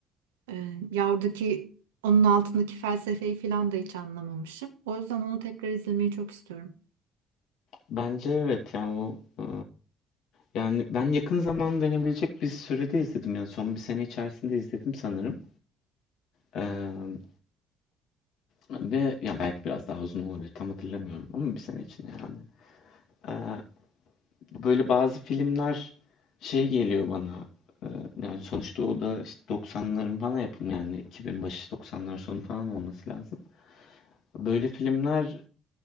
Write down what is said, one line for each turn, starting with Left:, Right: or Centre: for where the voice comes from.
Right: Ee, ya oradaki onun altındaki felsefeyi falan da hiç anlamamışım. O yüzden onu tekrar izlemeyi çok istiyorum.
Left: Bence evet ya o e, yani ben yakın zaman denebilecek bir sürede izledim. Yani son bir sene içerisinde izledim sanırım. Ee, Ve ya belki biraz daha uzun olabilir tam hatırlamıyorum ama bir sene içinde yani. Ee, böyle bazı filmler şey geliyor bana e, yani sonuçta o da işte 90'ların falan yapımı yani 2000 başı 90'lar sonu falan olması lazım. Böyle filmler